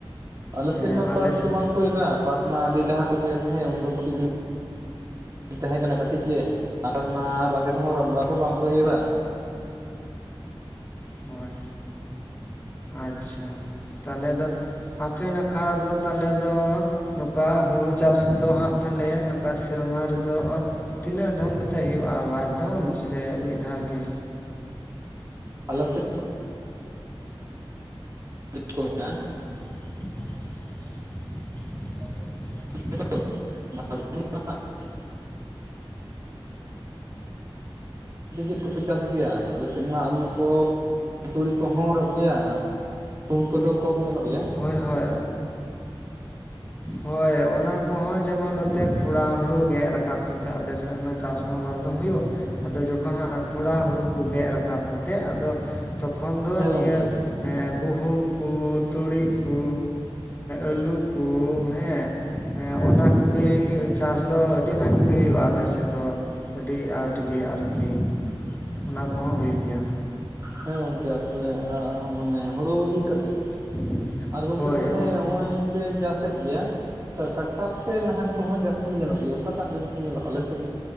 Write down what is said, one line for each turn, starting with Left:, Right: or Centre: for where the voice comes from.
Right: ᱟᱞᱮ
Left: ᱦᱮᱸ
Right: ᱥᱮᱫ ᱢᱟ
Left: ᱟᱞᱮ
Right: ᱯᱟᱴ
Left: ᱥᱮᱫ
Right: ᱫᱚ ᱵᱟᱝ ᱤᱨᱟ ᱯᱟᱴ ᱢᱟ ᱟᱹᱰᱤ ᱞᱟᱦᱟ ᱛᱮᱠᱚ ᱮᱨ ᱛᱟᱦᱮᱸᱫ ᱩᱱᱫᱚ ᱫᱚ ᱠᱟᱹᱴᱤᱡ <inaudible> ᱛᱟᱦᱮᱸᱠᱟᱱᱟ ᱠᱟᱹᱴᱤᱡ ᱜᱮ ᱟᱨ ᱚᱱᱟ ᱨᱟᱦᱮᱲ ᱠᱚᱦᱚᱸ ᱨᱟᱢᱲᱟ ᱠᱚᱦᱚᱸ ᱵᱟᱝᱠᱚ ᱮᱨᱟ
Left: ᱦᱳᱭ ᱟᱪᱪᱷᱟ ᱛᱟᱦᱚᱞᱮ ᱫᱚ ᱟᱯᱮ ᱱᱟᱠᱷᱟ ᱫᱚ ᱛᱟᱞᱮ ᱫᱚ ᱱᱚᱝᱠᱟ ᱦᱩᱲᱩ ᱪᱟᱥ ᱠᱚᱫᱚ ᱦᱟᱸᱜ ᱛᱟᱞᱮ ᱱᱚᱝᱠᱟ ᱥᱮᱨᱢᱟ ᱨᱮᱫᱚ ᱛᱤᱱᱟᱹᱜ ᱫᱷᱟᱢ ᱠᱟᱛᱮᱜ ᱦᱳᱭᱳᱜᱼᱟ, ᱵᱟᱨ ᱫᱷᱚᱢ ᱥᱮ ᱢᱤᱫ ᱫᱷᱟᱣᱜᱤ?
Right: ᱟᱞᱮ ᱥᱮᱫ ᱠᱚ ᱢᱮᱱᱟᱜᱼᱟ <inaudible>
Left: <inaudible>
Right: <inaudible> <inaudible> ᱪᱟᱥ ᱜᱮᱭᱟ ᱟᱞᱮ ᱥᱮᱫᱢᱟ ᱟᱹᱞᱩ ᱠᱚ ᱛᱩᱲᱤ ᱠᱚᱦᱚᱸ <inaudible> ᱜᱮᱭᱟ ᱩᱢ ᱠᱚᱫᱚ ᱠᱚᱢ ᱧᱮᱞᱚᱜ ᱜᱮᱭᱟ
Left: ᱦᱳᱭ ᱦᱳᱭ ᱦᱳᱭ ᱚᱱᱟ ᱠᱚᱦᱚᱸ ᱡᱮᱢᱚᱱ ᱱᱚᱛᱮ ᱠᱷᱚᱨᱟ ᱦᱩᱲᱩ ᱜᱮᱫ ᱨᱟᱠᱟᱵ ᱠᱟᱛᱮᱫ ᱟᱞᱮ ᱥᱮᱫ ᱢᱟ ᱪᱟᱥ ᱢᱟ ᱵᱟᱨᱫᱚᱢ ᱦᱩᱭᱩᱜ ᱟᱫᱚ ᱡᱚᱠᱷᱚᱱ ᱦᱟᱸᱜ ᱚᱱᱟ ᱠᱷᱚᱨᱟ ᱦᱩᱲᱩ ᱠᱚ ᱜᱮᱫ ᱨᱟᱠᱟᱵ ᱠᱟᱛᱮᱫ ᱟᱫᱚ ᱛᱚᱠᱷᱚᱱ ᱫᱚ
Right: ᱦᱮᱸ
Left: ᱱᱤᱭᱟᱹ
Right: ᱜᱚᱝᱠᱮ
Left: ᱜᱩᱦᱩᱢ ᱠᱚ ᱛᱩᱲᱤ ᱠᱚ ᱟᱹᱞᱩ ᱠᱚ ᱠᱚ ᱦᱮᱸ ᱦᱮᱸ ᱚᱱᱟ ᱠᱚᱜᱮ ᱪᱟᱥ ᱫᱚ ᱟᱹᱰᱤ ᱵᱷᱟᱜᱤ ᱜᱮ ᱦᱩᱭᱩᱜᱼᱟ ᱟᱞᱮᱥᱮᱫ ᱫᱚ ᱟᱹᱰᱤ ᱟᱸᱴ ᱜᱮ ᱟᱨᱠᱤ ᱚᱱᱟ ᱠᱚᱦᱚᱸ ᱦᱩᱭᱩᱜ ᱜᱮᱭᱟ᱾
Right: ᱦᱮᱸ ᱜᱚᱢᱠᱮ ᱛᱟᱦᱚᱞᱮ ᱢᱟᱱᱮ ᱦᱩᱲᱩ ᱤᱨ ᱠᱟᱛᱮᱫ?
Left: <unintelligible>
Right: ᱟᱨ ᱜᱚᱝᱠᱮ
Left: ᱦᱳᱭ
Right: ᱛᱟᱦᱚᱞᱮ
Left: ᱚᱱ
Right: ᱱᱚᱜᱼᱚᱭ ᱯᱮ ᱪᱟᱥᱮᱫ ᱜᱮᱭᱟ ᱴᱨᱟᱠᱴᱟᱨ ᱥᱮ ᱱᱟᱦᱮᱞ ᱠᱚᱦᱚᱸ ᱡᱟᱹᱥᱛᱤ ᱧᱮᱞᱚᱜ ᱜᱮᱭᱟ ᱚᱠᱟᱴᱟᱜ ᱜᱮ ᱵᱤᱥᱤ ᱧᱮᱞᱚᱜᱼᱟ ᱟᱞᱮ ᱟᱯᱮ ᱥᱮᱫ